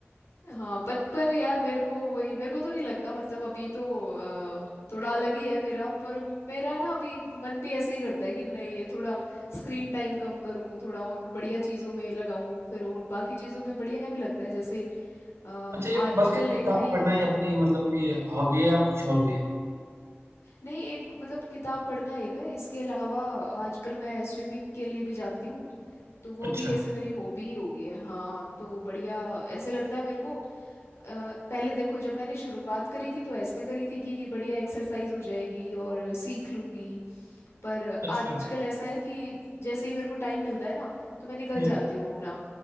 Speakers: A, on the left; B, on the right.
A: हाँ पर पर यार मेरे को वही मेरे को तो नहीं लगता मतलब अभी तो अ, थोड़ा अलग ही है मेरा पर मेरा ना अभी मन भी ऐसे ही करता है कि नहीं ये थोड़ा स्क्रीन टाइम कम करूँ थोड़ा और बढ़िया चीज़ों में लगाऊँ फिर और बाकी चीज़ों में बढ़िया भी लगता है जैसे अ, आजकल
B: अच्छा ये बस एक किताब
A: एक नई
B: पढ़ना ही अपनी मतलब कि हॉबी है या कुछ और भी है
A: नहीं एक मतलब किताब पढ़ना एक है इसके अलावा आजकल मैं स्विमिंग के लिए भी जाती हूँ तो वो
B: अच्छा
A: भी ऐसे मेरी हॉबी ही हो गई है हाँ तो बढ़िया ऐसे लगता है मेरे को अ, पहले देखो जब मैंने शुरुआत करी थी तो ऐसे करी थी कि बढ़िया एक्सरसाइज हो जाएगी और सीख लूंगी पर
B: अच्छा
A: आजकल ऐसा है कि जैसे ही मेरे को टाइम मिलता है ना तो मैं निकल
B: हम्म
A: जाती हूँ अपना